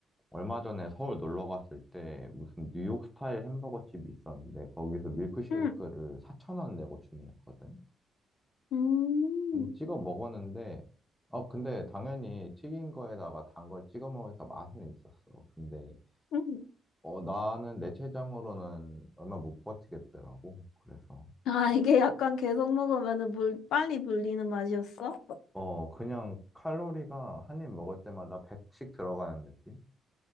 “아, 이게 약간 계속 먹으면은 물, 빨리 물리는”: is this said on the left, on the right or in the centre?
Left